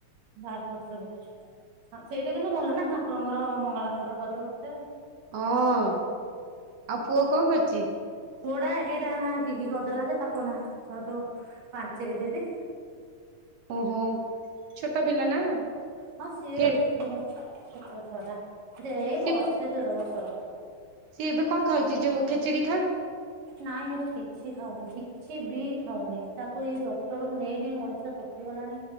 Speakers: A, on the right (about 85°); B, on the right (about 65°).
A: ହଁ ସେଇଟା କିନ୍ତୁ ଭଲ ନା ଠାକୁରଙ୍କର ମଙ୍ଗଳାଙ୍କର କରିବ ମୋତେ
B: ହଁ ଆପ୍ ପୁଅ କଣ କରୁଚି?
A: ପୋଡା ଏଇଟା ନା ଗିଗି କରିଦେଲା ଯେ ତାକୁ ନା ସେଉଠୁ ପାଞ୍ଚେଇ ଦେବି।
B: ଓହୋ ଛୋଟ ପିଲା ନା।
A: ହଁ ସିଏ
B: ଖେ
A: ପୁ -ଛୋଟ ଛୁଆ ଟା ଦେ ଏ
B: ସିଏ
A: ବର୍ଷେ
B: ପ
A: ଦେଢ ବର୍ଷର।
B: ସିଏ ଏବେ କଣ ଖାଉଚି ଯୋଉ ଖେଚେଡ଼ି
A: ନାହିଁ ହେରା କିଛି କିଛି ଖାଉନି କିଛି ବି ଖାଉନି ତା ଏଇ ଡ଼କ୍ଟର କୁ ନେଇ ନେଇ ମଣିଷ ଦେଖିଗଲାଣି